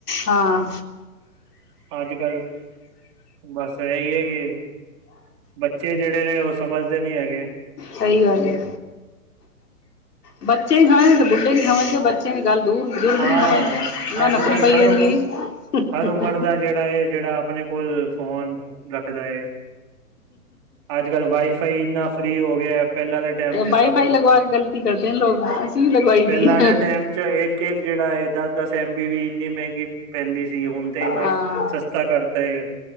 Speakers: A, on the left (about 80°); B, on the right (about 20°).
A: ਹਾਂ
B: ਅੱਜ- ਕੱਲ੍ਹ ਬਸ ਇਹੀ ਹੈ ਕਿ, ਬੱਚੇ ਜਿਹੜੇ ਨੇ ਉਹ ਸਮਝਦੇ ਨੀ ਹੈਗੇ
A: ਸਹੀ ਗੱਲ ਏ ਬੱਚੇ ਵੀ ਖਾਏ ਤੇ ਬੁੱਢੇ ਨੀ ਖਾਵੇ ਬੱਚਿਆਂ ਦੀ ਗੱਲ ਦੂਰ ਜ਼ੂਰ ਵੀ
B: ਹਾਂ
A: ਨਹੀਂ ਹੋਵ ਉਹਨਾਂ
B: ਅੱਜ
A: ਨਪਣੀ
B: ਕੱਲ
A: ਪਈ
B: ਹਰ
A: ਜਾਂਦੀ
B: ਉਮ
A: ਸੀ
B: ਹਰ ਉਮਰ
A: <inaudible>
B: ਦਾ ਜਿਹੜਾ ਹੈ ਜਿਹੜਾ ਆਪਣੇ ਕੋਲ ਫੋਨ ਰੱਖਦਾ ਏ, ਅੱਜ -ਕੱਲ ਵਾਈਫਾਈ ਇਨਾ ਫਰੀ ਹੋ ਗਿਆ, ਪਹਿਲਾਂ ਦੇ ਟਾਈਮ ਚ
A: ਵਾਈਫਾਈ
B: ਸਭ
A: ਲਗਵਾ ਕੇ ਗ਼ਲਤੀ ਕਰਦੇ ਨੇ ਲੋਕ ਅਸੀਂ ਵੀ ਲਗਵਾਈ
B: ਪਹਿਲਾਂ
A: ਦੀ ਹੈ
B: ਦੇ ਟੈਮ ਚ ਹੈਗੇ ਕੇਕ ਜਿਹੜਾ ਹੈ ਦਸ -ਦਸ ਐਮ ਬੀ ਵੀ ਇੰਨੀ ਮਹਿੰਗੀ ਕਹਿਦੀ ਸੀ, ਹੁਣ ਤੇ ਇੰਨਾ
A: ਹਾਂ
B: ਸਸਤਾ ਕਰਤਾ ਹੈ